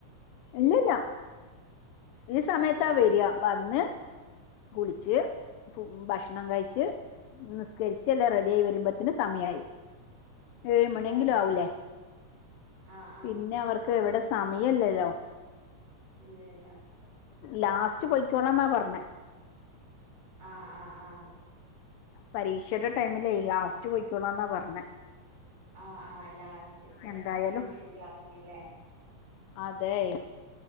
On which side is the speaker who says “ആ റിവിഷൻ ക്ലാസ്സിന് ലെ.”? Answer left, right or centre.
Right